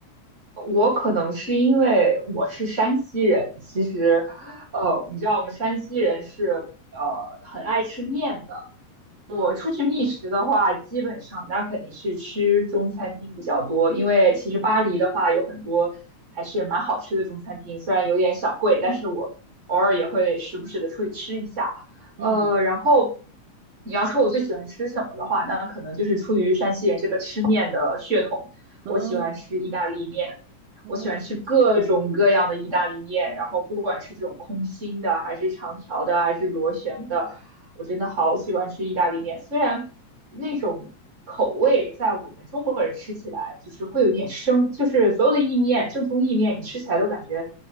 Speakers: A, on the right; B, on the right.
A: 我可能是因为我是山西人，其实，呃，你知道我们山西人是呃很爱吃面的，
B: 啊，
A: 我出去觅食的话，基本上那肯定是吃中餐厅比较多，因为其实巴黎的话有很多还是蛮好吃的中餐厅，虽然有点小贵，但是我偶尔也会时不时的出去吃一下。呃，
B: 嗯，
A: 然后你要说我最喜欢吃什么的话，那可能就是出于山西人这个吃面的血统，
B: 嗯，
A: 我喜欢吃意大利面，
B: 嗯，嗯。
A: 我喜欢吃各种各样的意大利面，然后不管是这种空心的，还是长条的，还是螺旋的。我真的好喜欢吃意大利面，虽然那种口味在我们中国人吃起来就是会有点生，就是所有的意面，正宗意面，你吃起来都感觉